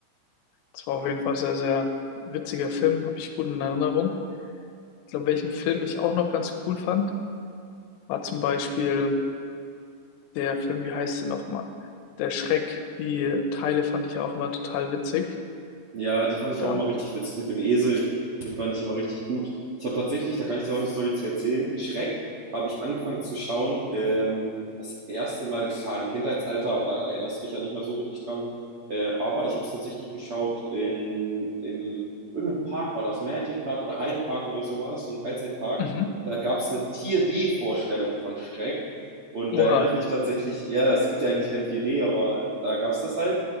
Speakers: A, on the left; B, on the right.
A: Das war auf jeden Fall sehr, sehr witziger Film, habe ich gut in Erinnerung. Ich glaube, welchen Film ich auch noch ganz cool fand, war zum Beispiel der Film, wie heißt der nochmal? Der Schreck. Die Teile fand ich auch mal total witzig.
B: Ja, die fand ich
A: Da,
B: auch immer richtig witzig mit dem Esel. Den fand ich immer richtig gut. Ich habe tatsächlich, da kann ich dir auch eine Story zu erzählen. Schreck habe ich angefangen zu schauen. Ähm, das erste Mal, klar, im Kindheitsalter, aber da erinnerst du dich ja nicht mehr so wirklich dran. Äh, aber ich habe es tatsächlich geschaut in, in irgendeinem Park, war das Magic Park oder Heide Park oder sowas, so ein Freizeitpark.
A: mhm.
B: Da gab es eine 4D-Vorstellung von Schreck. Und da
A: Oha,
B: erinnere ich mich tatsächlich, ja, es gibt ja eigentlich kein 4D, aber da gab es das halt.